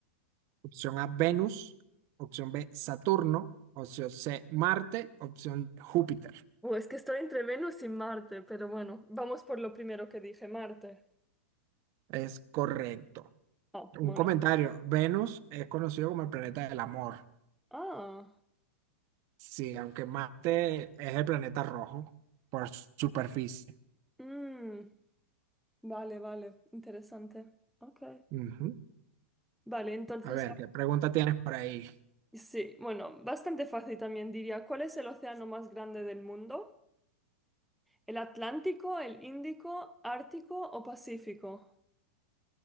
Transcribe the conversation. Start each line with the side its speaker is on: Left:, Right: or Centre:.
Right: Opción A, Venus. Opción B, Saturno. Opción C, Marte. Opción D, Júpiter.
Centre: Uh, es que estoy entre Venus y Marte, pero bueno, vamos por lo primero que dije, Marte.
Right: Es correcto.
Centre: Ah,
Right: Un
Centre: bueno.
Right: comentario. Venus es conocido como el planeta del amor.
Centre: Ah.
Right: Sí, aunque Marte es el planeta rojo por su superficie.
Centre: Mm. Vale, vale, interesante. Ok.
Right: Ujú.
Centre: Vale, entonces,
Right: A ver, ¿qué pregunta tienes por ahí?
Centre: sí, bueno, bastante fácil también diría. ¿Cuál es el océano más grande del mundo? ¿El Atlántico, el Índico, Ártico o Pacífico?